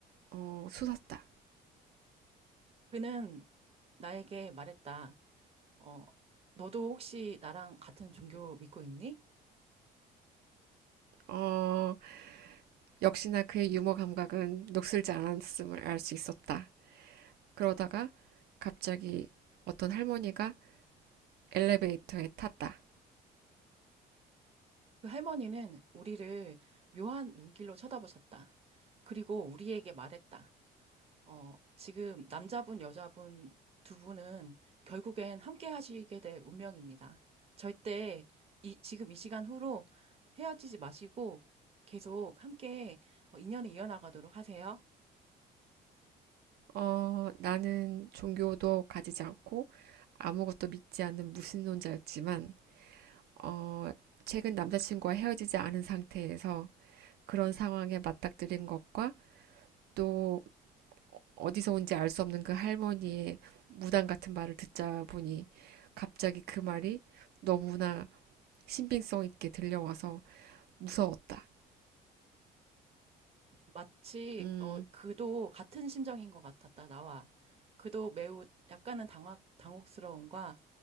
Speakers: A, on the right; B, on the right.
A: 어, 솟았다.
B: 그는 나에게 말했다. 어, 너도 혹시 나랑 같은 종교 믿고 있니?
A: 어, 역시나 그의 유머 감각은 녹슬지 않았음을 알 수 있었다. 그러다가 갑자기 어떤 할머니가 엘리베이터에 탔다.
B: 그 할머니는 우리를 묘한 눈길로 쳐다보셨다. 그리고 우리에게 말했다. 어, 지금 남자분, 여자분 두 분은 결국엔 함께 하시게 될 운명입니다. 절대 이, 지금 이 시간 후로 헤어지지 마시고 계속 함께 어, 인연을 이어나가도록 하세요.
A: 어, 나는 종교도 가지지 않고 아무것도 믿지 않는 무신론자였지만, 어, 최근 남자친구와 헤어지지 않은 상태에서 그런 상황에 맞닥뜨린 것과 또 어디서 온지 알 수 없는 그 할머니의 무당 같은 말을 듣자 보니 갑자기 그 말이 너무나 신빙성 있게 들려와서 무서웠다.
B: 마치
A: 음,
B: 어 그도 같은 심정인 것 같았다 나와 그도 매우 약간은 당황 당혹스러움과